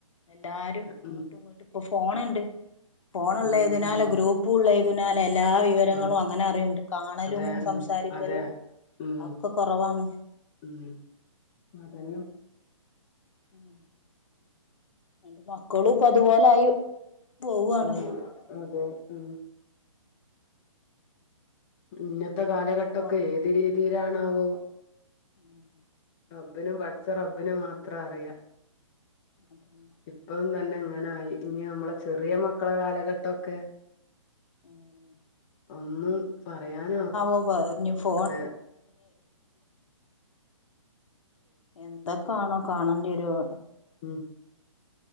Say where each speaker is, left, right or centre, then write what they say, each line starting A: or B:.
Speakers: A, on the left (about 70°); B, on the left (about 20°).
A: എല്ലാരും അങ്ങോട്ടും
B: ഉം
A: ഇങ്ങോട്ടും ഇപ്പൊ ഫോണുണ്ട് ഫോണുള്ളേതിനാല്
B: ഉം ഉം ഉം
A: ഗ്രൂപ്പുള്ളേതിനാല് എല്ലാ വിവരങ്ങളും
B: ആ
A: അങ്ങനെ ണ്ട് കാണലും
B: അതെ
A: സംസാരിക്കലും
B: ഉം അതെ ഉം
A: ഒക്കെ കൊറവാണ്
B: ഉം അതെല്ലം
A: ഉം എന്റെ മക്കളുംപ്പൊ അതുപോലായി പോവാണ്
B: ആഹ് അതെ ഉം ഇന്നത്തെ കാലഘട്ടൊക്കെ
A: ഫോണിന്
B: ഏത് രീതിയിലാണാവോ
A: ഉം
B: റബ്ബിനും പഠച്ച റബ്ബിനും മാത്രം അറിയാം
A: അതന്നെ
B: ഇപ്പം തന്നെ ഇങ്ങനായി ഇനി ഞമ്മളെ ചെറിയ മക്കളെ കാലഘട്ടൊക്കെ
A: എന്ത്
B: ഒന്നും പറയാനാ
A: ഓബാ ഇനി ഫു
B: അതെ
A: എന്താ കാണ്വാ കാണേണ്ടിവര്വോ
B: ഉം